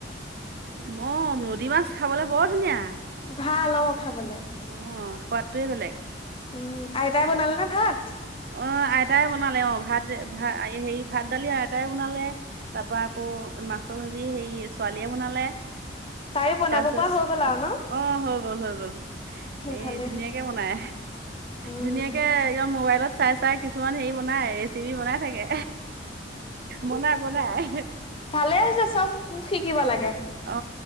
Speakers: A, on the right (about 55°); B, on the left (about 30°).
A: ম নদী মাছ খাবলে বৰ ধুনীয়া।
B: ভাল অ খাবলে।
A: অ সোৱাদটোৱে বেলেগ।
B: উম, আইতাই বনালেনে ভাত?
A: অ আইতাই বনালে অ ভাত ভা আএ হেৰি ভাত দালি আইতাই বনালে, তাৰ পৰা আকৌ মাছৰ ভাজি হেৰি ছোৱালীয়ে বনালে।
B: তাইও বনাব
A: তাৰপিছত
B: পৰা হৈ গ'ল আৰু ন?
A: অ হৈ গ'ল হৈ গ'ল। এ
B: ভালেই
A: ধুনীয়াকে
B: হৈছে
A: বনাই,
B: উম,
A: ধুনীয়াকে ইয়া মোবাইলত চাই চা তাই কিছুমান হেৰি বনাই ৰেচিপি বনাই থাকে, বনাই বনাই।
B: ভালেই হৈছে চব শিকিব লাগে।
A: অ